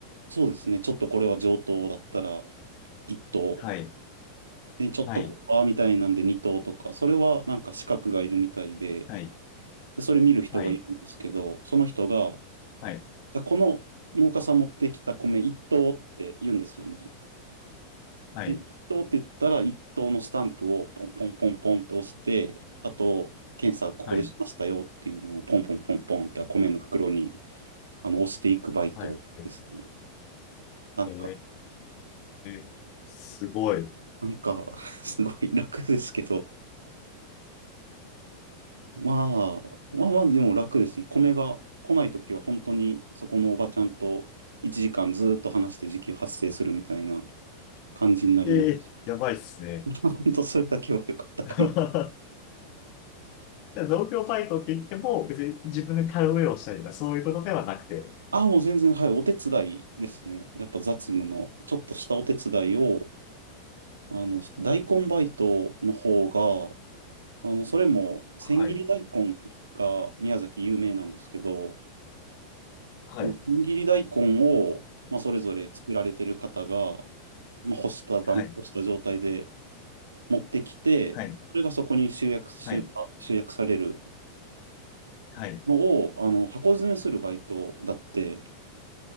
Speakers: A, on the right; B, on the left.
A: そうですね、ちょっとこれは上等だったら1等
B: はい、
A: で、ちょっとここはみたいなんで2頭とか、
B: はい、
A: それはなんか資格がいるみたいで、
B: はい、
A: で、それ見る人がいるんですけど、
B: はい、
A: その人が、
B: はい、
A: じゃあこの農家さん持ってきた米1頭って言うんですよね。
B: はい、
A: で、1頭って言ったら1頭のスタンプをポンポンポンポンって押して、あと、検査ここでしましたよっていうのをポンポンポンポンって米の袋に
B: はい、
A: あの押していくバイトですね。
B: はい。
A: なんか、
B: ええーすごい。<laughs>
A: なんか <laughs> すごい楽ですけど、まあ、まあまあ、でも楽ですね。米が来ないときは本当にそこのおばちゃんと1時間ずーっと話して時給発生するみたいな感じになります。
B: ええーやばいっすね。
A: <laughs> 本当それだけは良かったかな。
B: <laughs> で農協バイトって言っても、別に自分で田植えをしたりとか、そういうことではなくて、
A: ああ、もう全然、はい、お手伝いですね。やっぱ雑務の、ちょっとしたお手伝いを、あの、して大根バイトの方が、あの、それも千切り大根が宮崎有名なんですけど、
B: はい、はい、
A: あの、千切り大根を、まあ、それぞれ作られてる方が、まあ、干した段、
B: はい、
A: 干した状態で持ってきて、
B: はい、
A: それがそこに集約、集、
B: はい、
A: 集約される
B: はい、
A: のを、あの、箱詰めするバイトだって、